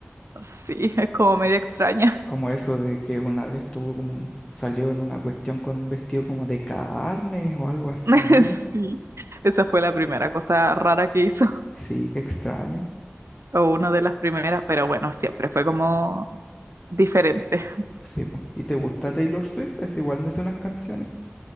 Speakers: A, on the right; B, on the left.
A: Sí, es como media extraña.
B: como eso de que una vez tuvo como, un- salió en una cuestión con un vestido como de carne o algo así.
A: <laughs> Sí, esa fue la primera cosa rara que hizo.
B: Sí, qué extraño.
A: o una de las primeras, pero bueno, siempre fue como diferente. <laughs>
B: Sí, po. ¿Y te gusta Taylor Swift? Es igual me sé unas canciones.